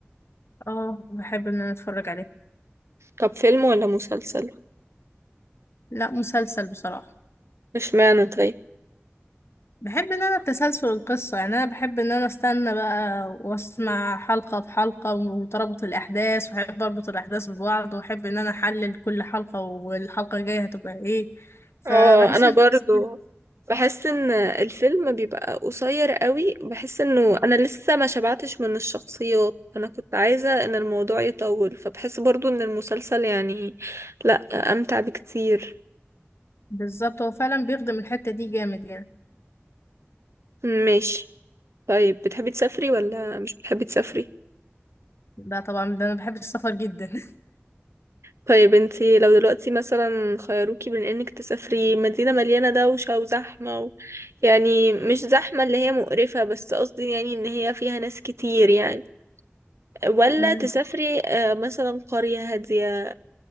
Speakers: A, on the left; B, on the right.
A: اه بحب إن أنا أتفرج عليها
B: طب فيلم ولا مسلسل؟
A: لا مسلسل بصراحة
B: مش معنى طيب
A: بحب ان انا تسلسل القصة يعني انا بحب ان انا استنى بقى واسمع حلقة بحلقة وتربط الاحداث واحب اربط الاحداث ببعض واحب ان انا احلل كل حلقة والحلقة الجاية هتبقى ايه فبحس
B: اه انا
A: ان
B: برضو
A: <laughs>
B: بحس ان الفيلم بيبقى قصير قوي بحس انه انا لسه ما شبعتش من الشخصيات انا كنت عايزة ان الموضوع يطول فبحس برضو ان المسلسل يعني لا امتع بكتير
A: بالظبط هو فعلا بيخدم الحتة دي جامد يعني
B: ماشي طيب بتحبي تسافري ولا مش بتحبي تسافري
A: ده طبعا ده انا بحب السفر جدا <laughs>
B: طيب انتي لو دلوقتي مثلا خيروكي بين انك تسافري مدينة مليانة دوشة وزحمة و... يعني مش زحمة اللي هي مقرفة بس قصدي يعني ان هي فيها ناس كتير يعني ولا
A: مم.
B: تسافري آه، مثلا قرية هادية